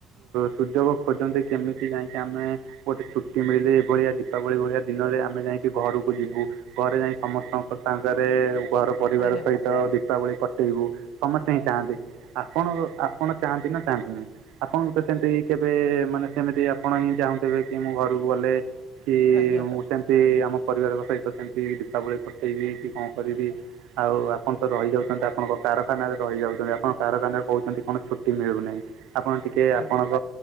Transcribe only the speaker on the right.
ସୁଯୋଗ ଖୋଜନ୍ତି କେମିତି ଯାଇକି ଆମେ ଗୋଟେ ଛୁଟି ମିଳିଲି ଏଇଭଳିଆ ଦୀପାବଳି ଭଳିଆ ଦିନରେ ଆମେ ଯାଇକି ଘରକୁ ଯିବୁ। ଘରେ ଯାଇ ସମସ୍ତଙ୍କ ସାଙ୍ଗରେ ଘର ପରିବାର
ସହିତ ତ ଦୀପାବଳି କଟେଇବୁ ସମସ୍ତେ ହିଁ ଚାହାନ୍ତି। ଆପଣ ଆପଣ ଚାହାନ୍ତି ନା ଚାହାନ୍ତିନହି? ଆପଣଙ୍କୁ ତ ସେମିତି କେବେ ମାନେ ସେମିତି ଆପଣ ହିଁ ଚାହୁଁଥିବେ କି ମୁଁ ଘରକୁ ଗଲେ କି
ମୁଁ ସେମତି ଆମ ପରିବାର ସହିତ ସେମତି ଦୀପାବଳି କଟେଇବି କି କଣ କରିବି? ଆଉ ଆପଣ ତ ରହି ଯାଉଛନ୍ତି ଆପଣଙ୍କ କାରଖାନାରେ ରହି ଯାଉଛନ୍ତି ଆପଣଙ୍କ କାରଖାନାରେ କହୁଛନ୍ତି କଣ ଛୁଟି ମିଳୁନାହିଁ ଆପଣ ଟିକେ
ଆପଣଙ୍କ